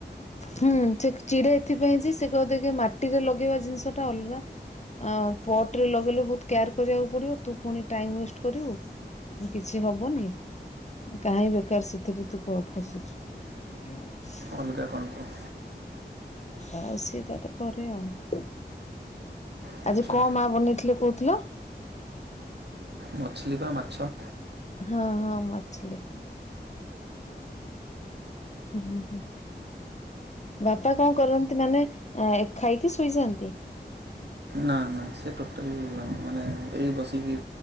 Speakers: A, on the left; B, on the right.
A: ହୁଁ, ସେ ଚିଡେ ଏଥିପାଇଁ ଯେ ସେ କହିବ କି ମାଟିରେ ଲଗେଇବା ଜିନିଷ ଟା ଅଲଗା। ଆ ପଟରେ ଲଗେଇଲେ ବହୁତ କେୟାର କରିବାକୁ ପଡିବ ତୁ ପୁଣି ଟାଇମ ୱେଷ୍ଟ କରିବୁ। ମୁଁ କିଛି ହବନି? କାହିଁ ବେକାର ସେଥିରେ ତୁ ପସୁଛୁ? <unintelligible>
B: ଅଲଗା କଣ କରୁ?
A: ଆଉ ସିଏ ତାର କରେ ଆଉ।
B: ଆଚ୍ଛା
A: ଆଜି କଣ ମା ବନେଇଥିଲେ କହୁଥିଲ?
B: ମଛଲି ପା ମାଛ।
A: ହଁ ହଁ ମଛଲି। ହୁଁ ହୁଁ ହୁଁ ବାପା କଣ କରନ୍ତି ମାନେ ଖାଇକି ଶୋଇଯାଆନ୍ତି।
B: ନା ନା ସେ ଟୋଟାଲି, ମାନେ ଏଇ ବସିକି